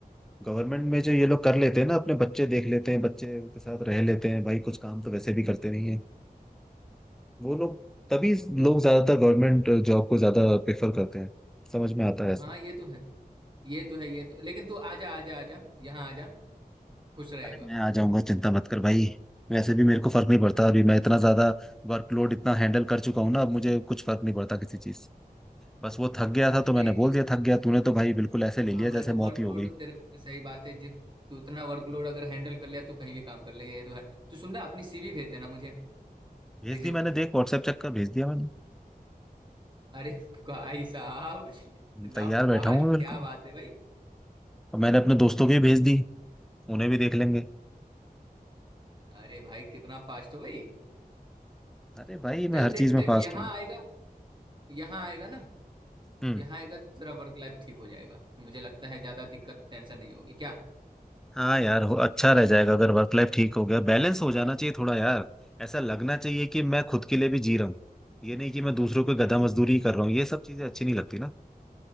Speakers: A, in the centre; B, on the right.
A: गवर्नमेंट में जो ये लोग कर लेते हैं ना अपने बच्चे देख लेते हैं बच्चे के साथ रह लेते हैं भाई कुछ काम तो वैसे भी करते नहीं है वो लोग तभी
B: तू-
A: लोग ज्यादातर गवर्नमेंट जॉब को ज्यादा प्रेफर करते हैं समझ में आता है ऐसा
B: हाँ ये तो है ये तो है ये तो लेकिन तू आ जा आ जा आ जा यहाँ आ जा खुश रहेगा
A: अरे मैं आ जाऊंगा चिंता मत कर भाई वैसे भी मेरे को फर्क नहीं पड़ता
B: हाँ
A: अभी मैं इतना ज्यादा वर्कलोड इतना हैंडल कर चुका हूँ ना अब मुझे कुछ फर्क नहीं पड़ता किसी चीज बस वो थक गया था तो
B: नहीं
A: मैंने
B: तू
A: बोल दिया थक गया तूने तो भाई बिल्कुल ऐसे ले
B: हाँ
A: लिया
B: वैसे
A: जैसे
B: वर्कलोड
A: मौत ही हो गई
B: तेरे सही बात है जी तू इतना वर्कलोड
A: <laughs>
B: अगर हैंडल कर लिया तो कहीं भी काम कर लेगा ये तो है तो सुन ना अपनी सीवी भेज देना मुझे
A: भेज
B: रिज्यूम
A: दी मैंने देख व्हाट्सएप चेक कर भेज दिया मैंने
B: अरे भाई साहब इतना
A: तैयार
B: फास्ट
A: बैठा हूँ मैं बिल्कुल
B: क्या बात है भाई
A: और मैंने अपने दोस्तों को भी भेज दी उन्हें भी देख लेंगे
B: अरे भाई कितना फास्ट हो भाई
A: अरे भाई
B: जल्द
A: मैं हर
B: दे,
A: चीज में
B: देख
A: फास्ट
B: यहाँ
A: हूँ
B: आएगा यहाँ आएगा ना
A: हम्म
B: यहाँ आएगा तो तेरा वर्क लाइफ ठीक हो जाएगा मुझे लगता है ज्यादा दिक्कत टेंशन नहीं होगी क्या
A: हाँ यार हो, अच्छा रह जाएगा अगर वर्क लाइफ ठीक हो गया बैलेंस हो जाना चाहिए थोड़ा यार ऐसा लगना चाहिए कि मैं खुद के लिए भी जी रहा हूँ ये नहीं कि मैं दूसरों को गधा मजदूरी ही कर रहा हूँ ये सब चीजें अच्छी नहीं लगती ना